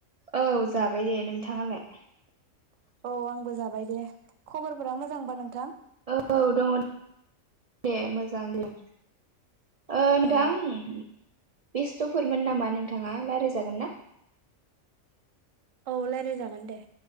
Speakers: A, on the right (about 60°); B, on the right (about 80°).
A: औ जाबाय दे नोंथाङालाय?
B: औ आंबो जाबाय दे । खबरफोरा मोजांबा नोंथां?
A: औ दङ दे मोजां लिर। ओ नोंथां।
B: औ
A: बेस्थफोरमोन नामा नोंथाङा रायलाय जागोन ना।
B: ओ रायलाय‌ जागोन दे।